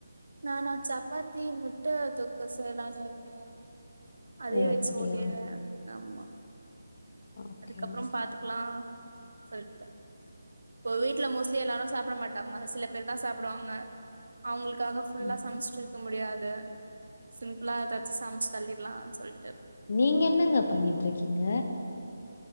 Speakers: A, on the right; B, on the left.
A: நானா சப்பாத்தி முட்ட தொக்கு செய்லானு இருக்கே அதயே
B: ஓ
A: வெச்சு
B: அப்படியா
A: ஓட்டிடுவே ஆமா
B: ஓகே
A: அதுக்கப்றம்
B: ஓகே
A: பாத்துக்கலா சொல்ட்ட இப்ப வீட்ல மோஸ்ட்லி எல்லாரு சாப்ட மாட்டாங்க சில பேர் தா சாப்புடுவாங்க அவுங்களுக் க்காக ஃபுல்லா
B: ம்.
A: சமச்சிட்டு க்க முடியாது சிம்புளா ஏதாச்சு சமச்சு தள்ளிட்லா சொல்
B: நீங்க என்னங்க பண்ணிட்ருக்கீங்க